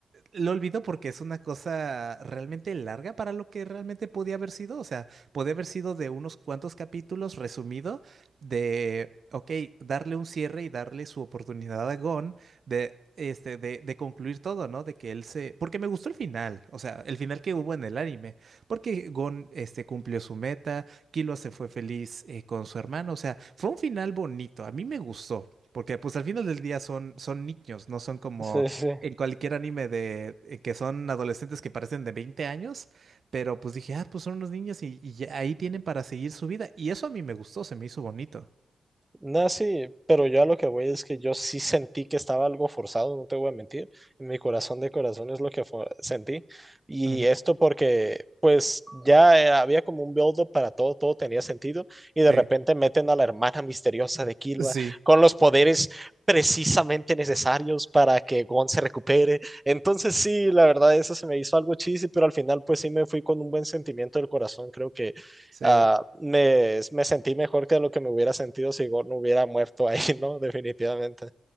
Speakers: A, on the right (about 65°); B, on the right (about 20°).
A: lo olvido porque es una cosa realmente larga para lo que realmente podía haber sido. O sea, podía haber sido de unos cuantos capítulos resumido de, ok, darle un cierre y darle su oportunidad a Gon de, este, de, de concluir todo, ¿no? De que él se... Porque me gustó el final, o sea, el final que hubo en el anime. Porque Gon, este, cumplió su meta, Killua se fue feliz eh, con su hermano. O sea, fue un final bonito, a mí me gustó. Porque pues al final del día son, son niños, no son como
B: sí, sí.
A: en cualquier anime de eh, que son adolescentes que parecen de 20 años, pero pues dije, ah, pues son unos niños y, y ya ahí tienen para seguir su vida. Y eso a mí me gustó, se me hizo bonito.
B: No, sí, pero yo a lo que voy es que yo sí sentí que estaba algo forzado, no te voy a mentir. En mi corazón de corazón es lo que fo- sentí. Y
A: Ujú.
B: esto porque, pues, ya eh, había como un build-up para todo, todo tenía sentido. Y
A: Sí,
B: de repente meten a la hermana misteriosa de Killua
A: sí,
B: con los poderes precisamente necesarios para que Gon se recupere. Entonces, sí, la verdad, eso se me hizo algo cheesy, pero al final, pues, sí me fui con un buen sentimiento del corazón. Creo que
A: sí.
B: ah, me, me sentí mejor que lo que me hubiera sentido si Gord no hubiera muerto ahí, <laughs> ¿no? Definitivamente.